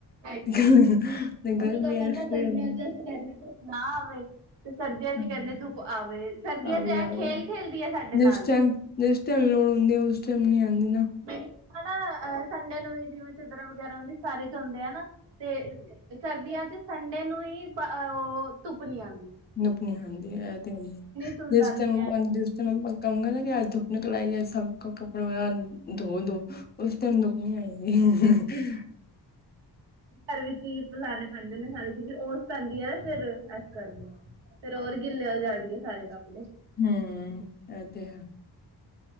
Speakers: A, on the right (about 85°); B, on the left (about 25°).
A: ਸਈ ਗੱਲ
B: ਤੇ
A: ਐ
B: ਗਰਮੀਆਂ
A: ਓਹੀ ਗਲ ਐ
B: ਚ
A: ਨਾ
B: ਸਵੇਰ
A: ਗਰਮੀਆਂ
B: ਨੂੰ
A: ਚ ਅਸੀ ਕੇਨੇ ਆ ਧੁੱਪ ਨਾ ਆਵੇ ਤੇ ਸਰਦੀਆਂ
B: ਹਾਂ
A: ਚ ਕੈਨੇ ਆ ਧੁੱਪ ਆਵੇ ਸਰਦੀਆਂ
B: ਆ ਵੀ
A: ਚ
B: ਆ
A: ਐ
B: ਗਿਆ।
A: ਖੇਲ ਖੇਲਦੀ ਐ ਸਾਡੇ ਨਾਲ
B: ਜਿਸ ਟਾਈਮ ਜਿਸ ਟਾਈਮ ਲੋੜ ਹੁੰਦੀ ਐ ਉਸ ਟੈਮ ਨੀ ਆਂਦੀ
A: ਮੇਰੀ ਮਮਾ ਨਾ ਅ ਸੰਡੇ ਨੂੰ ਵੀ ਜਿਵੇਂ ਚਾਦਰਾਂ ਵਗੈਰਾ ਹੁੰਦੀ ਸਾਰੀ ਤੋਂਦੇ ਐ ਨਾ ਤੇ ਸਰਦੀਆਂ ਚ ਸੰਡੇ ਨੂੰ ਈ ਪ ਔ ਧੁੱਪ ਨੀ ਆਂਦੀ,
B: ਨੁਪਣੀ ਹਾਂਦੀ ਐ ਤੇ ਹੈ ਈ
A: ਧੁੰਦ
B: ਜਿਸ
A: ਆਉਂਦੀ
B: ਟੈਮ
A: ਹੈ
B: ਆਪਾ
A: ਐਨੀ ਧੁੰਦ
B: ਜਿਸ ਟੈਮ ਆਪਾ <unintelligible> ਨਾ ਕਿ ਆਜ ਧੁੱਪ ਨਿਕਲ ਆਏ ਗੀ ਅੱਜ ਸਭ ਕਪੜੇ ਵਗੈਰਾ ਧੋ ਦੋ ਉਸ ਟਾਈਮ ਧੁੱਪ ਨੀ ਆਏਗੀ
A: ਘਰ ਵਿੱਚ ਹੀ ਪਿਲਾਣੇ ਪੈਂਦੇ ਨੇ ਸਾਰੇ ਕਿਉਂਕਿ ਓਸ ਪੈਂਂਦੀ ਐ ਨਾ ਫਿਰ ਕਰ ਲਏ <unintelligible> ਫੇਰ ਹੋਰ ਗਿੱਲੇ ਹੋ ਜਾਣਗੇ ਸਾਰੇ ਕੱਪੜੇ
B: ਹੂੰ ਐ ਤੇ ਹੈ